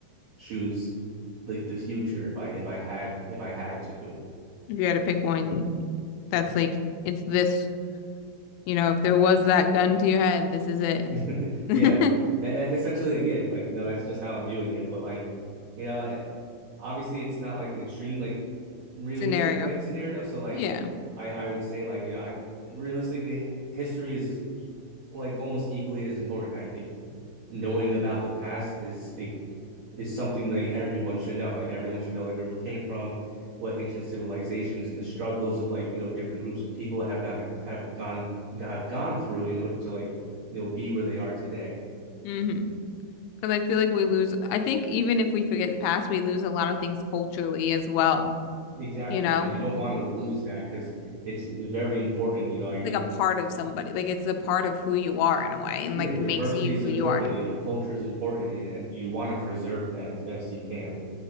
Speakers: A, on the right; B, on the left.
A: choose like the future if I if I had if I had to.
B: If you had to pick one, that's like it's this, you know, if there was that gun to your head, this is it.
A: <laughs>
B: <laughs>
A: yeah. That, that's essentially it. Like, you know, that's just how I'm viewing it. But like, you know, obviously it's not like an extreme like realistic
B: Scenario.
A: like scenario. So like
B: Yeah.
A: I I would say like you know I realistically history is like almost equally as important. I think knowing about the past is it is something that everyone should know. Like, everyone should know like where we came from, what ancient civilizations and the struggles of like you know different groups of people have gotten have gone have gone through in order to like you know be where they are today.
B: hmm Because I feel like we lose, I think even if we forget the past, we lose a lot of things culturally as well,
A: Exactly,
B: you know?
A: and you don't want to lose that because it's very important. You know, I
B: Like
A: think
B: a part of somebody, like it's a part of who you are in a way and
A: yeah,
B: like
A: diversity
B: makes you
A: is
B: who
A: important.
B: you are.
A: You know, culture is important, and, and you want to preserve that as best you can.